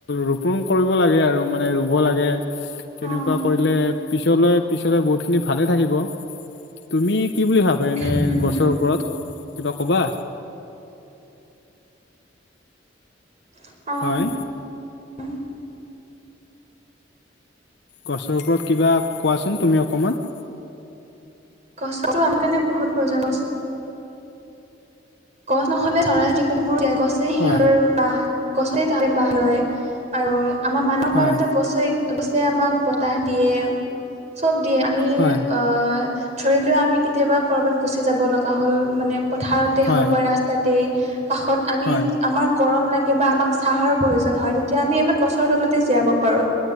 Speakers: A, on the left; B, on the right.
A: ৰোপন কৰিব কৰিব লাগে আৰু মানে ৰুব লাগে। তেনেকুৱা
B: অঁ
A: কৰিলে পিছলৈ পিছলৈ বহুতখিনি ভালে থাকিব। তুমি কি বুলি ভাবা এনে
B: উম
A: গছৰ ওপৰত কিবা কবা?
B: আহ
A: হয় গছৰ ওপৰত কিবা কোৱাচোন তুমি অকণমান।
B: গছতো আমাৰ কাৰণে বহুত প্ৰয়োজন। গছ গছ নহ'লে চৰাই চিৰিকটি বোৰ গছেই সিহঁতৰ
A: হয়,
B: বাহ গছে তাতে বাহ লয়। আৰু আমাৰ মানুহৰ
A: হয়,
B: কাৰণেতো গছে গছে আমাক বতাহ দিয়ে। চ'ব দিয়ে। আমি
A: হয়,
B: আহ ধৰি লোৱা আমি কেতিয়াবা ক'ৰবাত গুচি যাব লগা হ'ল মানে পথাৰতেই
A: হয়,
B: হওঁক বা ৰাস্তাতেই কাষত আমি
A: হয়,
B: আমাক গৰম লাগে বা আমাক চাহৰ প্ৰয়োজন হয়। তেতিয়া আমি আমাক গছৰ তলতে জীয়াব পাৰোঁ।